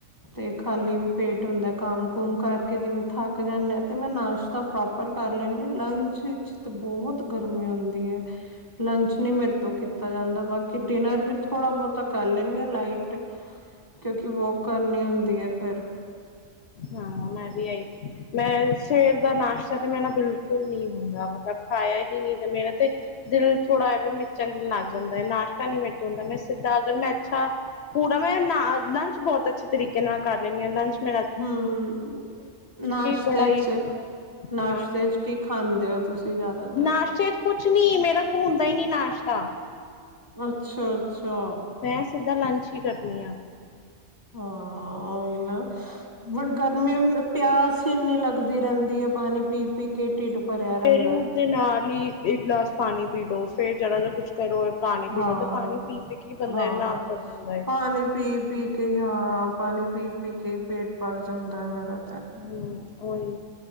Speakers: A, on the right (about 20°); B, on the left (about 65°).
A: ਤੇ ਖਾਲੀ ਵੀ ਪੇਟ ਹੁੰਦਾ, ਕੰਮ ਕੁਮ ਕਰਕੇ ਜਿਵੇਂ ਥੱਕ ਜਾਣੇ ਆ ਤੇ ਮੈਂ ਨਾਸ਼ਤਾ ਪ੍ਰੋਪਰ ਕਰ ਲੈਦੀ। ਲੰਚ ਵਿੱਚ ਤੇ ਬਹੁਤ ਗਰਮੀ ਹੁੰਦੀ ਹੈ। ਲੰਚ ਨੀ ਮੇਰੇ ਤੋਂ ਕੀਤਾ ਜਾਂਦਾ ਬਾਕੀ ਡਿਨਰ ਵੀ ਥੋੜਾ ਬਹੁਤਾ ਕਰ ਲੈਂਦੀ ਆ ਲਾਈਟ। ਕਿਉਂਕਿ ਵੋਕ ਕਰਨੀ ਹੁੰਦੀ ਹੈ ਫੇਰ
B: ਹਾਂ ਮੈਂ ਵੀ ਆਈ। ਮੈਂ, ਸਵੇਰ ਦਾ ਨਾਸ਼ਤਾ ਤਾ ਮੈਂ ਨਾ ਬਿਲਕੁਲ ਨੀ ਹੁੰਦਾ। ਮਤਲਬ ਖਾਇਆ ਹੀ ਨਹੀਂ ਮੇਰਾ ਤੇ ਦਿਲ ਥੋੜ੍ਹਾ ਐਵੇਂ ਮਚਲਣ ਲੱਗ ਜਾਂਦਾ ਨਾਸ਼ਤਾ ਨੀ ਮੇਰੇ ਤੋਂ ਹੁੰਦਾ। ਮੈਂ ਸਿੱਧਾ ਅਗਰ ਮੈਂ ਅੱਛਾ ਪੂਰਾ ਮੈਂ ਨਾ ਲੰਚ ਬਹੁਤ ਅੱਛੇ ਤਰੀਕੇ ਨਾਲ ਕਰ ਫੇਰ ਮੈਂ ਲੰਚ ਮੇਂ
A: ਹੂੰ, ਨਾਸਤੇ
B: ਬੜਾ ਹੀ
A: ਚ-ਨਾਸਤੇ
B: ਹਾਂ
A: ਚ ਕੀ ਖਾਂਦੇ ਦ <unintelligible> ਤੁਸੀਂ ਜ਼ਿਆਦਾਤਰ
B: ਨਾਸ਼ਤੇ ਚ ਕੁਛ ਨੀ, ਮੇਰਾ ਕੋਲੋਂ ਹੁੰਦਾ ਈ ਨੀ ਨਾਸ਼ਤਾ।
A: ਅੱਛਾ-ਅੱਛਾ।
B: ਸਿੱਧਾ ਮੈਂ ਲੰਚ ਹੀ ਕਰਦੀ ਆਂ।
A: ਹਾਂ ਉਹੀਓ, ਫੇਰ ਗਰਮੀ ਇੰਨੀ, ਪਿਆਸ ਇੰਨੀ ਲੱਗਦੀ ਰਹਿੰਦੀ ਹੈ। ਪਾਣੀ ਪੀ-ਪੀ ਕੇ ਢਿੱਡ ਭਰਿਆ
B: ਸਵੇਰੇ
A: ਰਹਿੰਦਾ
B: ਉੱਠਦੇ
A: ਹੈ
B: ਨਾਲ ਹੀ ਇੱਕ ਗਲਾਸ ਪਾਣੀ ਦੀ ਡੋਸ ਫਿਰ ਜਰਾ ਜਾ ਕੁੱਛ ਕਰੋ, ਪਾਣੀ
A: ਹਾਂ
B: ਪੀ ਲਓ ਤੇ ਪਾਣੀ ਪੀ-ਪੀ ਕੇ ਹੀ ਬੰਦਾ
A: ਹਾਂ
B: ਏਨਾ ਆਫਰ ਜਾਂਦਾ ਹੈ।
A: ਪਾਣੀ ਪੀ ਪੀ ਕੇ ਹਾਂ, ਪਾਣੀ ਪੀ-ਪੀ ਕੇ ਹੀ ਪੇਟ ਭਰ ਜਾਂਦਾ ਹੈ ਮੇਰਾ।
B: ਹਮਮ ਉਹੀ,